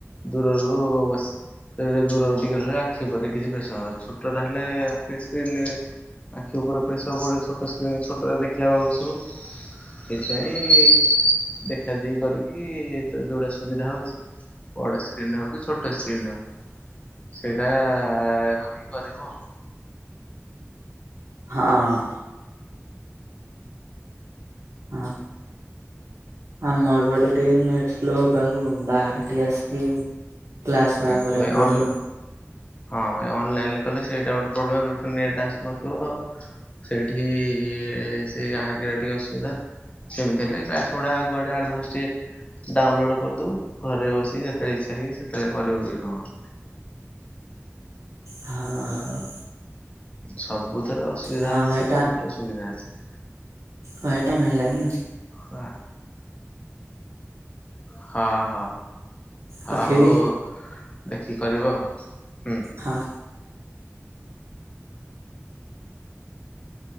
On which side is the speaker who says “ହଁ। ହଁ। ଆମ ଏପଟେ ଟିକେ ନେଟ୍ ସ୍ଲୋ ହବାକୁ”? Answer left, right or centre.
Right